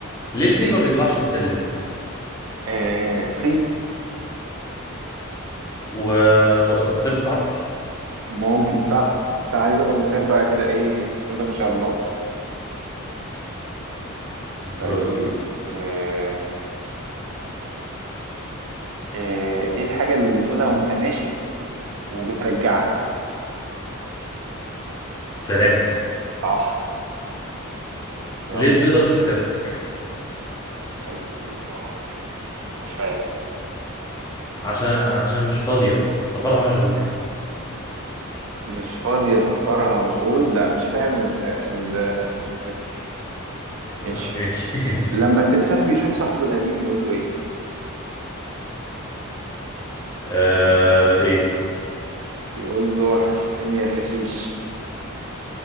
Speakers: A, on the left; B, on the right.
A: ليه الفيل ما بيطلعش السلم
B: آه تخين
A: و... والاسانسير متعطل
B: ممكن صح بس انت عايز اصلا سير بقى كده ايه بسم الله ما شاء الله طيب
A: <laughs> دورك
B: آه آه ايه الحاجة اللي بتقولها وانت ماشي وبترجعها
A: سلام
B: صح يلا
A: ليه البيضة مش بتضحك
B: قلبي طامر مش عارف
A: عشان عشان مش فاضية سفرها مشغول
B: مش فاضية سفرها مشغول لا مش فاهم ال- الحدوتة دي ماشي
A: آه، ماشي <laughs>
B: لما التمساح بيشوف صاحبه القديم يقول له ايه
A: آه ايه
B: بيقول له وحشتني يا خشيش